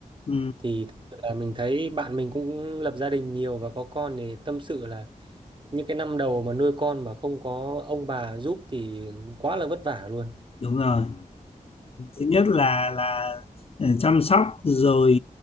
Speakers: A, on the left; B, on the right.
A: ừ,
B: thì thực sự là mình thấy bạn mình cũng lập gia đình nhiều và có con thì tâm sự là những cái năm đầu mà nuôi con mà không có ông bà giúp thì quá là vất vả luôn
A: đúng rồi thứ nhất là là ờ, chăm sóc rồi